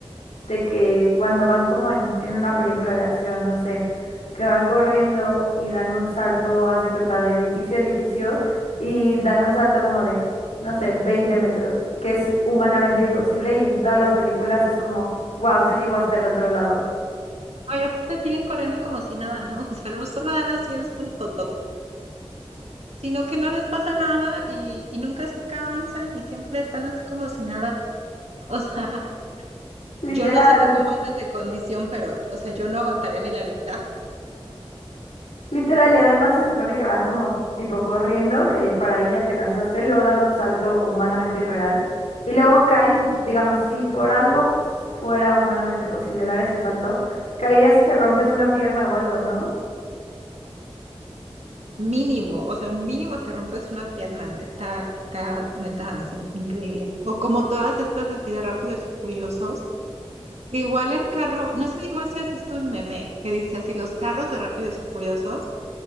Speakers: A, on the left (about 90°); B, on the right (about 80°).
A: de que cuando van como en, en una película de acción, no sé, que van corriendo y dan un salto, haz de cuenta, de edificio a edificio y dan un salto como de, no sé, 20 metros, que es humanamente imposible y en todas las películas es como, wow, sí llegó hasta el otro lado.
B: Oye, te siguen corriendo como si nada, ¿no? <laughs> O sea, no solo dan así el salto, sino que no les pasa nada y, y nunca se cansan y siempre están así como si nada. O sea, <laughs>
A: Literal.
B: yo no sé tú cómo andes de condición, pero, o sea, yo no aguantaría ni la mitad.
A: Literal, y además se supone que van como tipo corriendo, que para ahí ya te cansaste, luego dan un salto humanamente irreal y luego caen, digamos, si por algo fuera humanamente posible dar ese salto, caerías si te rompes una pierna o algo, ¿no?
B: Mínimo, o sea, mínimo te rompes una pierna. Está, está neta así, increíble. O como todas estas así de rápidos y furiosos. Igual el carro, no sé, igual si has visto un meme que dice así, los carros de rápidos y furiosos,